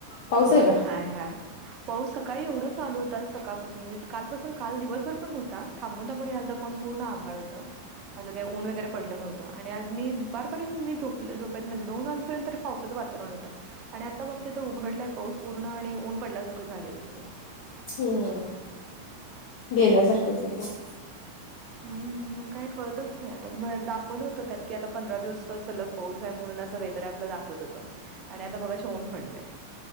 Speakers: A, on the left; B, on the right.
A: पाऊस आहे
B: हाय
A: का?
B: हाय. पाऊस सकाळी एवढा चालू होता सकाळपासून म्हणजे कालपासून काल दिवसभर पण होता. थांबून आपण याला पण पूण आाड होतं असं काय ऊन वगरे पडलं नव्हं आणि आज मी दुपारपर्यंत झोप दोन वाजपर्यंत पावसाचं वातावरण होता. आणि आता फक्त उघडलाय पाऊस पूर्ण आणि ऊन पडल्यासारखं झालेल थोडं.
A: हम् गेल्या सारखंचं पण
B: हम्म मग काय कळतचं नाही आता दाखवलं होत त्यात की आता पंधरा दिवस कसं सलग. पाऊस आहे म्हणून असं वेदर ॲपला दाखवतं होतं आणि आता मगाशी ऊन पडलंय.